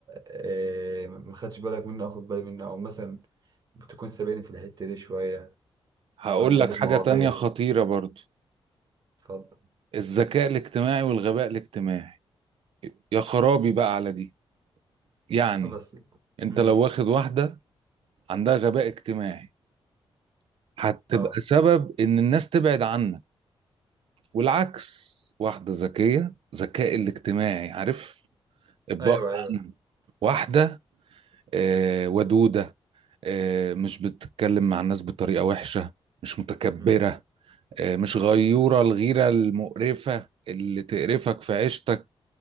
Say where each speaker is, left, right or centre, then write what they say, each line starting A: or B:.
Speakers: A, on the right; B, on the right.
A: إيه ما خدتش بالك منه أو اخد بالي منه او مثلا بتكون سابقني في الحتة دي شوية
B: هقول
A: عدى
B: لك
A: عليك
B: حاجة
A: مواضيع
B: تانية خطيرة برضو
A: اتفضل
B: الذكاء الاجتماعي والغباء الاجتماعي يا خرابي بقى على دي يعني
A: آه، بس
B: انت
A: امم
B: لو واخد واحدة عندها غباء اجتماعي هتبقى
A: اه
B: سبب ان الناس تبعد عنك والعكس واحدة ذكية ذكاء الاجتماعي عارف ابقى
A: ايوه ايوه
B: عنه واحدة آه ودودة آه مش بتتكلم مع الناس بطريقة وحشة مش متكبرة
A: امم
B: آه مش غيورة الغيرة المقرفة اللي تقرفك في عيشتك